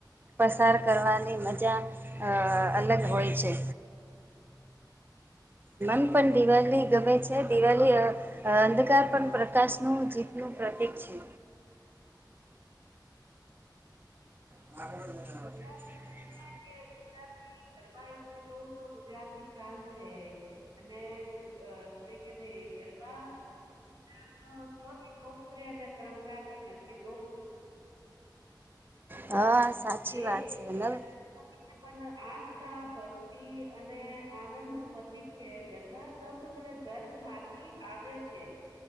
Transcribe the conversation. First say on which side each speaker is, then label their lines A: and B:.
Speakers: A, on the right; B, on the right.
A: પસાર કરવાની મજા અ અલગ હોય છે. મન પણ દિવાળી ગમે છે દિવાળી અંધકાર પણ પ્રકાશનું જીતનું પ્રતીક છે. <inaudible>
B: ગુજરાતમાં કે ગુજરાતની ગરબા એલે જોવ તો ગુજરાત ની શાન છે. અને <unintelligible> ગરબા <unintelligible> અ સ્વચ્છ લોકપ્રિય અને પરંપરાગત નથી. લોક
A: હા સાચી
B: એક
A: વાત છે.
B: પણ
A: નવ
B: આ ભક્તિ અને આનંદ નું પ્રતિક છે. ગરબા સૌથી પડ ગર્ભ મા એ આવ્યો છે.